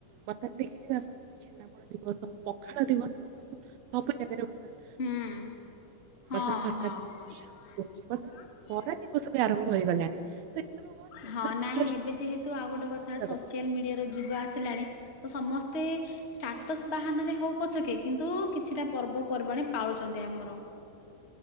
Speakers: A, on the right; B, on the left.
A: ବର୍ତ୍ତମାନ ଦେଖିଥିବେ ଆପଣ ଯେମିତି ଛେନାପୋଡ ଦିବସ ପଖାଳ ଦିବସ ରଖନ୍ତୁ ସବୁ ଜାଗାରେ ବର୍ତ୍ତମାନ
B: ହୁଁ ହଁ
A: ବର୍ତ୍ତମାନ ସରକାର
B: ହଁ
A: ତାକୁ ପ୍ରୋତ୍ସାହନ ଦଉଛି
B: ହଁ।
A: ବର୍ତ୍ତମାନ ବରା ଆରମ୍ଭ ହେଇଗଲାଣି। ଏସବୁ ବହୁତ ସୁନ୍ଦର
B: ହଁ ନାଇଁ
A: ସୁନ୍ଦର
B: ଏବେ
A: ଜିନିଷ
B: ଯେହେତୁ ଆଉ ଗୋଟେ କଥା
A: କରିବା
B: ସୋସିଆଲ ମିଡିଆର ଯୁଗ ଆସିଲାଣି ତ ସମସ୍ତେ। ଷ୍ଟାଟସ ବାହାନାରେ ହଉ ପଛକେ କିନ୍ତୁ କିଛିଟା ପର୍ବପର୍ବାଣୀ ପାଳୁଚନ୍ତି ଆମର।